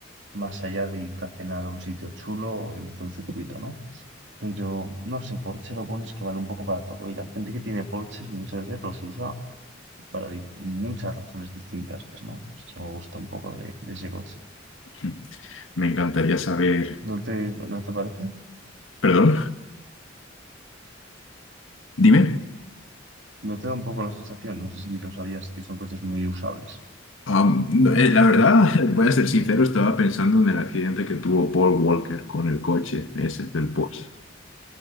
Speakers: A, on the right (about 60°); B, on the left (about 80°).
A: más allá de irte a cenar a un sitio chulo o irte a un circuito, ¿no? Pero no sé, Porsche lo bueno es que vale un poco para todo y la gente que tiene Porsches muchas veces los usa para di- muchas razones distintas, ¿no? Eso me gusta un poco de, de ese coche.
B: <laughs> Me encantaría saber.
A: ¿No te, no te parece?
B: Perdón, dime.
A: ¿No te da un poco la sensación? No sé si lo sabías, que son coches muy usables.
B: Um, no, eh, la verdad, <laughs> voy a ser sincero, estaba pensando en el accidente que tuvo Paul Walker con el coche ese del Porsche.